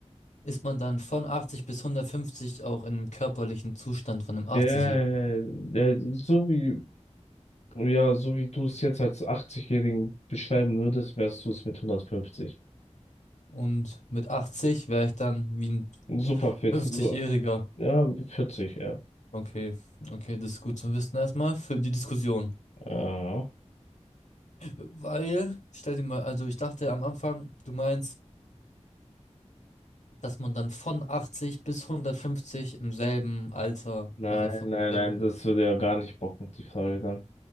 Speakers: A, on the left; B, on the left.
A: ist man dann von 80 bis 150 auch im körperlichen Zustand von einem 80-Jährigen?
B: Ja, ja, ja, so wie, ja, so wie du es jetzt als 80-Jährigen beschreiben würdest, wärst du es mit 150.
A: Und mit 80 wäre ich dann wie ein
B: Super fit.
A: 50-Jähriger.
B: so- Ja, 40, ja.
A: Okay, okay, das ist gut zu wissen erstmal für die Diskussion.
B: Ja.
A: Weil, stell dir mal, also ich dachte am Anfang, du meinst, dass man dann von 80 bis 150 im selben Alter,
B: Nein,
A: also von
B: nein,
A: dem,
B: nein, das würde ja gar nicht bocken, die Frage dann.